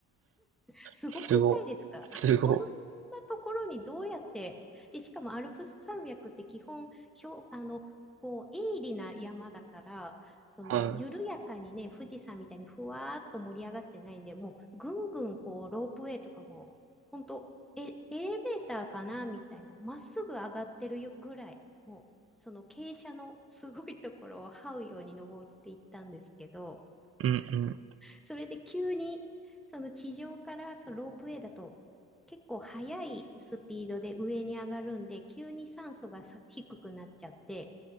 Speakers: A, in the centre; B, on the right.
A: すごくないですか
B: すご。
A: <laughs>
B: すご。
A: そんなところにどうやって、で、しかもアルプス山脈って基本、ひょ、あの、こう、鋭利な山だから、その、
B: はい。うん
A: 緩やかにね、富士山みたいにふわーっと盛り上がってないんで、もう、ぐんぐん、こう、ロープウェイとかも、ほんと、え、エレベーターかなみたいな、まっすぐ上がってるよぐらい、もう、その傾斜のすごいところを這うように登っていったんですけど、
B: うん。
A: それで急に、その地上からそのロープウェイだと結構速いスピードで上に上がるんで、急に酸素がさ低くなっちゃって、